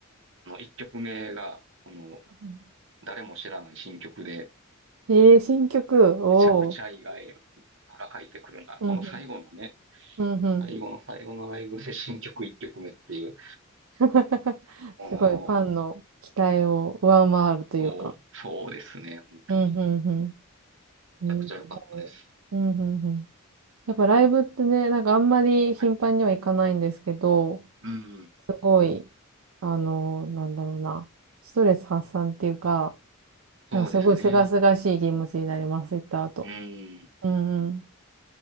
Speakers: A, on the right; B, on the right.
A: あの、1曲目が、あの、
B: ふん
A: 誰も知らない新曲で、
B: えー新曲。おお。
A: めちゃくちゃ意外、ら書いてくるな。
B: うんふん。
A: この最後のね、
B: うんふん。
A: 最後の最後のライブで新曲1曲目っていう、
B: <laughs>
A: お
B: すごい、ファンの期待を上回るというか。
A: ー、そうそうですね。本当に。
B: うんうん
A: め
B: うん。
A: ちゃくちゃ良かったです。
B: えーすごい。うんうんうん。やっぱライブってね、なんかあんまり頻繁には行かないんですけど、
A: はい。うん。
B: すごい、あの、なんだろうな、ストレス発散っていうか、
A: そうですね。
B: なんかすごい清々しい気持ちになります、行った後。
A: うん。い
B: うんうん。